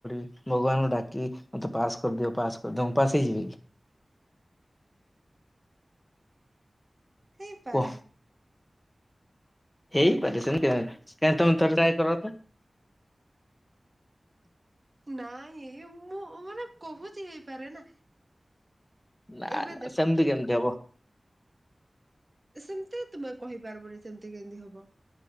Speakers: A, on the left; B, on the right.
A: ଭଗବାନଙ୍କୁ ଡାକି ମତେ ପାସ୍ କରିଦିଅ ପାସ୍ କରିଦିଅ ମୁଁ ପାସ ହେ ଯିବି କି।
B: ହେଇପାରେ
A: କି? ହେଇପାରେ ସେମି କାଇହି ତମେ ଥର ଟ୍ରାଏ କର ତ।
B: ନାଇଁ ମୁଁ ମାନେ କହୁଛି ହେଇପାରେ ନା
A: ନା
B: ଏବେ
A: ନା
B: ଦେଖ
A: ସେମିତି କେମିତି ହବ
B: ସେମିତି ତୁମେ କହିପାରିବନି ସେମିତି କେମିତି ହବ।